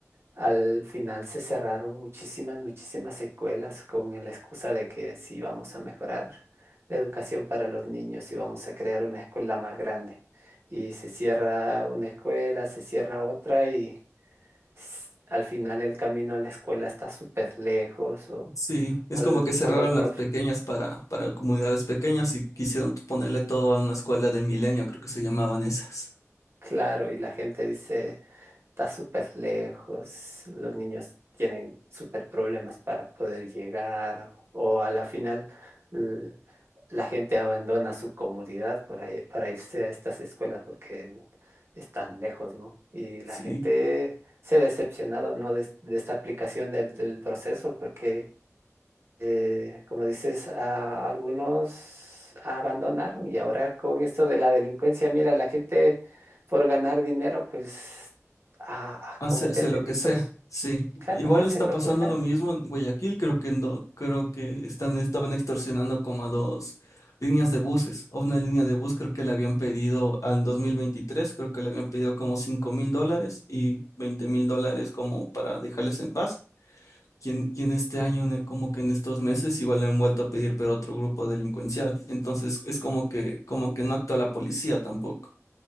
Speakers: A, on the right; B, on the left.
A: Al final se cerraron muchísimas, muchísimas escuelas con la excusa de que sí vamos a mejorar la educación para los niños y vamos a crear una escuela más grande. Y se cierra una escuela, se cierra otra y s- al final el camino a la escuela está súper lejos o,
B: Sí, es
A: o,
B: como
A: l-
B: que cerraron
A: o los prof,
B: las pequeñas para, para comunidades pequeñas y quisieron ponerle todo a una escuela del milenio, creo que se llamaban esas.
A: claro, y la gente dice... Está súper lejos, los niños tienen súper problemas para poder llegar o a la final l- la gente abandona su comunidad para, i- para irse a estas escuelas porque están lejos, ¿no? Y la
B: Sí,
A: gente se ha decepcionado, ¿no? De, de esta aplicación del, del proceso porque eh, como dices, a algunos abandonaron y ahora con esto de la delincuencia, mira, la gente por ganar dinero, pues ah, ah,
B: hace,
A: cometen
B: hace lo
A: delitos.
B: que sea. Sí,
A: Claro,
B: igual
A: hacen
B: está pasando
A: lo que sea.
B: lo mismo en Guayaquil, creo que no, creo que están, estaban extorsionando como a dos líneas de buses. A una línea de bus creo que le habían pedido al 2023, creo que le habían pedido como cinco mil dólares y veinte mil dólares como para dejarles en paz. quien, quien este año, en- como que en estos meses, igual le han vuelto a pedir, pero otro grupo delincuencial. Entonces es como que, como que no actúa la policía tampoco.